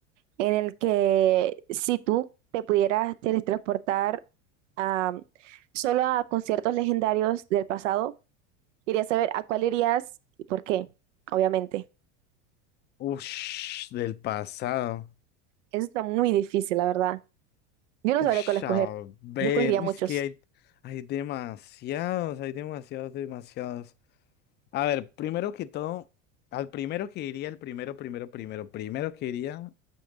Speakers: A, on the right; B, on the left.
A: en el que si tú te pudieras teletransportar a, solo a conciertos legendarios del pasado, quería saber a cuál irías y por qué, obviamente.
B: Ush, del pasado.
A: Eso está muy difícil, la verdad. Yo no
B: Ush,
A: sabría cuál escoger.
B: a ver.
A: Yo escogería
B: Uy,
A: muchos.
B: es que hay, hay demasiados, hay demasiados, demasiados. A ver, primero que todo, al primero que iría, el primero, primero, primero, primero que iría